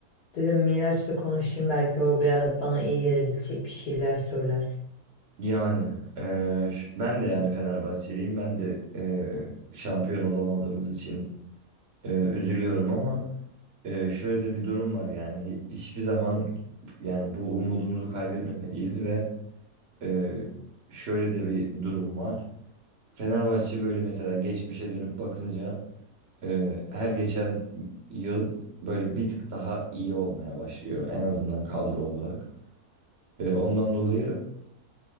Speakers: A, on the left; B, on the right.
A: Dedim Miraç'la konuşayım belki o biraz bana iyi gelebilecek bir şeyler söyler.
B: Yani eee, ş- ben de yani Fenerbahçeliyim. Ben de eee, şampiyon olamadığımız için eee, üzülüyorum ama eee, şöyle de bir durum var yani Hi- hiçbir zaman yani bu umudumuzu kaybetmemeliyiz ve eee, şöyle de bir durum var. Fenerbahçe böyle mesela geçmişe dönüp bakınca eee, her geçen yıl böyle bir tık daha iyi olmaya başlıyor en azından kadro olarak. Eee, ondan dolayı.